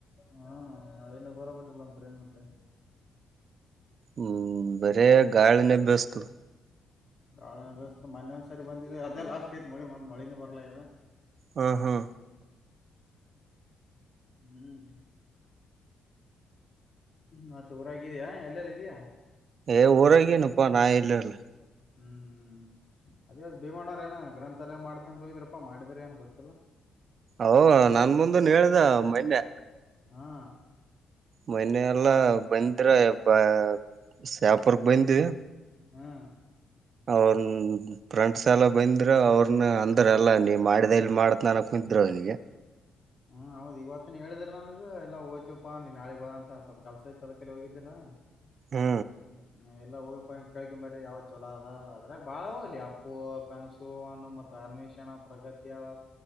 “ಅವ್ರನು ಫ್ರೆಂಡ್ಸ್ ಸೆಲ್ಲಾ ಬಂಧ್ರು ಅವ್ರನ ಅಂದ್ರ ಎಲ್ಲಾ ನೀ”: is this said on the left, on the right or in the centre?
Right